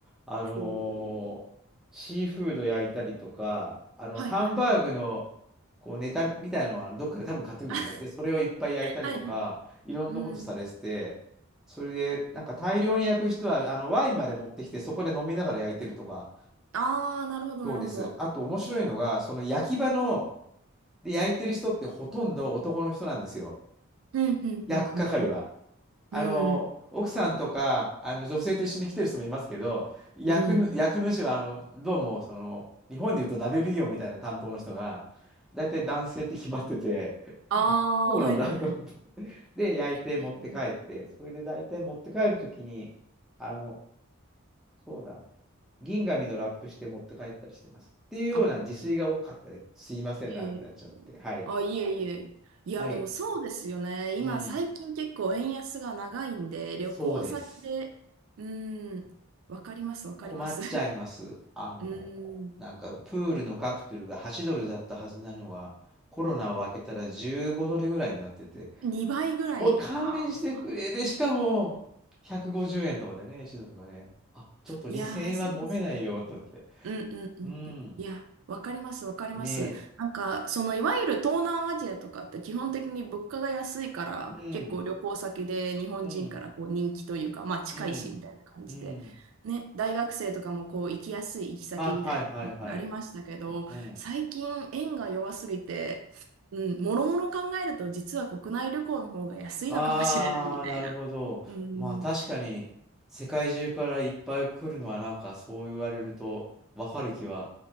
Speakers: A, in the centre; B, on the right.
A: あのーシーフード焼いたりとか、
B: ほう。
A: あの、
B: はいはいはい。
A: ハンバーグのこうネタみたいなのはどっかで多分買ってくるんですよね。
B: <laughs>
A: で、それをいっぱい焼いたりとか、
B: はいはい。
A: いろんなことされてて、
B: うん。
A: それで、なんか大量に焼く人は、あの、ワインまで持ってきて、そこで飲みながら焼いてるとか、
B: ああ、なるほど、
A: そうです。
B: なるほど。
A: あと面白いのが、その焼き場の、で、焼いてる人ってほとんど男の人なんですよ。
B: うん、うん、
A: 焼く係は。
B: うん、
A: あの、
B: うん。うん、
A: 奥さんとか、あの、女性と一緒に来てる人もいますけど、焼くぬ、
B: うん。うん
A: 焼く主は、あの、どうも、その、日本でいうと鍋奉行みたいな担当の人が、大体男性って決まってて、<laughs>
B: ああ、
A: あ、そうなんだと思って。
B: はいはいはい。
A: で、焼いて持って帰って、
B: うん、
A: それで大体持って帰るときに、あの、そうだ、銀紙のラップして持って帰ったりしてます。っていうような自炊が多かったです。
B: あ、
A: すいません、
B: へえ。
A: 長くなっちゃって。はい。
B: あ、いえいえ。いや、
A: はい。
B: でもそうですよね。今、
A: うん。
B: 最近結構円安が長いんで、旅行先で、
A: そうです。
B: うん、わかります、わかります。
A: 困っちゃいます。
B: <laughs>
A: あの、
B: うーん、
A: なんかプールのカクテルが8ドルだったはずなのが、コロナを明けたら15ドルぐらいになってて、
B: 2倍ぐらいああ、
A: おい、勘弁してくれ。で、しかも、150円とかでね、1ドルがね、あ、ちょっと2000円は飲めないよ、
B: いやー、そうです。
A: と言って。
B: うんうんうんうん。
A: うん。
B: いや、わかります、わかります。
A: ね
B: なんか、その、いわゆる東南アジアとかって基本的に物価が安いから、
A: え、うん、
B: 結構旅行先で日本人からこう人気というか、
A: うん、
B: まあ近いしみたいな感じで、
A: うん、うん。
B: ね、大学生とかもこう行きやすい行き先みたいな、
A: はいはいはいはい。
B: ありましたけど、
A: うん。
B: 最近円が弱すぎて、うん、もろもろ考えると実は国内旅行の方が安いのかもしれないみたいな。
A: ああ、なるほど。
B: うん
A: まあ確かに世界中からいっぱい来るのはなんかそう言われるとわかる気は